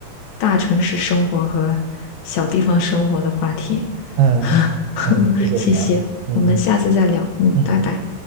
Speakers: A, on the left; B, on the right.
A: 大城市生活和小地方生活的话题。
B: 嗯嗯，
A: <laughs>
B: 嗯谢谢你啊，
A: 谢谢，
B: 嗯
A: 我们下次再聊。嗯，
B: 嗯。
A: 拜拜。